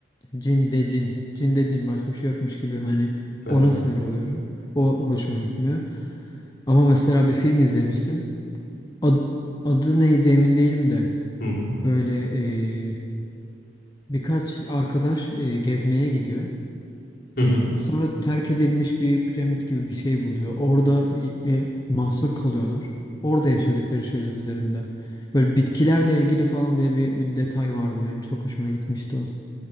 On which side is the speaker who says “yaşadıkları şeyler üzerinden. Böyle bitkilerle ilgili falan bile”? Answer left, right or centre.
Left